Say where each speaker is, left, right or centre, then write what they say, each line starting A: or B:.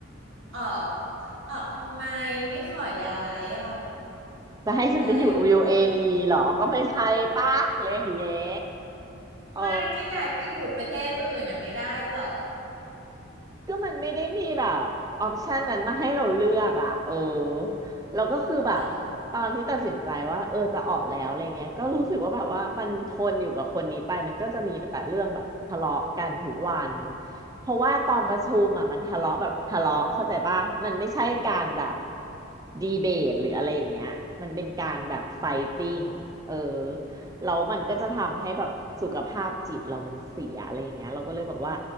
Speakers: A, on the right; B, on the right.
A: ออกออกทำไมไม่ขอย้ายอ่ะ
B: จะให้ฉันไปอยู่
A: ย้ายได้ปะ
B: UAE เออีเหรอก็ไม่ใช่ป่ะเลยอย่างเงี้ย
A: <laughs>
B: เออ
A: ไม่ก็ย้ายไปอยู่ประเทศอื่นน่ะไม่ได้หรอ
B: ก็มันไม่ได้มีแบบออปชันนั้นมาให้เราเลือกอ่ะเออเราก็คือแบบตอนที่ตัดสินใจว่าเออจะออกแล้วอะไรเงี้ยก็รู้สึกว่าแบบว่ามันทนอยู่กับคนนี้ไปมันก็จะมีแต่เรื่องแบบทะเลาะกันทุกวัน
A: หรอ
B: เพราะว่าตอนประชุมอ่ะมันทะเลาะแบบทะเลาะเข้าใจป่ะมันไม่ใช่การแบบ
A: อืม
B: ดีเบตหรืออะไรอย่างเงี้ยมันเป็นการแบบไฟติ้งเออแล้วมันก็จะทำให้แบบสุขภาพจิตเรามันเสียอะไรอย่างเงี้ยเราก็เลยบอกว่า